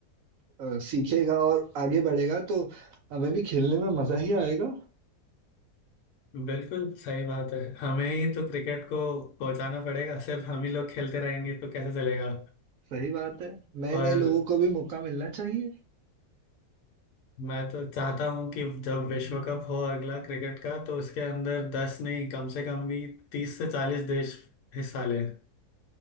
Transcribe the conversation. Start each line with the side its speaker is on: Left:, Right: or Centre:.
Right: अ, सीखेगा और आगे बढ़ेगा तो हमें भी खेलने में मजा ही आएगा
Left: बिल्कुल सही बात है हमें ही तो क्रिकेट को पहुंचाना पड़ेगा सिर्फ हम ही लोग खेलते रहेंगे तो कैसे चलेगा
Right: सही बात है नए
Left: और
Right: नए लोगों को भी मौका मिलना चाहिए
Left: मैं तो चाहता हूं कि जब विश्व कप हो अगला क्रिकेट का तो उसके अंदर दस नहीं कम से कम भी तीस से चालीस देश हिस्सा लें